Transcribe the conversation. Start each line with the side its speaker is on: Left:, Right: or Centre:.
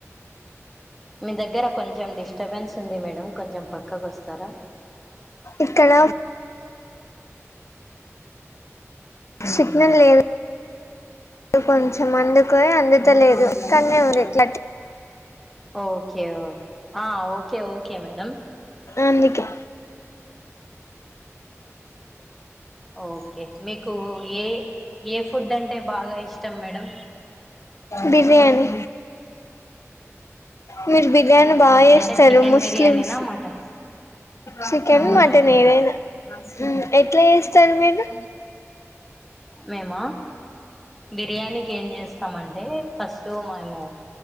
Centre: మీ దగ్గర కొంచెం డిస్టర్బెన్స్ ఉంది మేడం కొంచెం పక్కకు వస్తారా
Left: ఇక్కడ సిగ్నల్ లేదు కొంచెం అందుకే అందుత లేదు కానీరుట్లా
Centre: ఓకే ఓకే ఆ ఓకే ఓకే మేడం
Left: అందుకే
Centre: ఓకే మీకు ఏ ఏ ఫుడ్ అంటే బాగా ఇష్టం మేడం
Left: బిర్యానీ మీరు బిర్యానీ బాగా చేస్తారు
Centre: అంటే చికెన్
Left: ముస్లిమ్స్
Centre: బిర్యానీనా మటన్
Left: చికెన్
Centre: అవునవును
Left: మటన్
Centre: మేడం
Left: ఏదైనా ఉమ్ ఎట్లా చేస్తారు మీరు
Centre: మేమ బిర్యానీకి ఏం చేస్తాం స్తాం అంటే ఫస్ట్ మేము